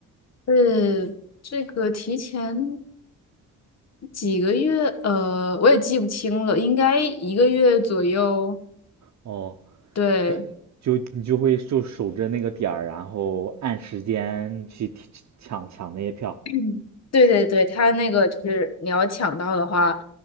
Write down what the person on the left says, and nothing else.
呃，这个提前几个月，呃，我也记不清了，应该一个月左右。
对，
嗯，对对对，它那个就是你要抢到的话，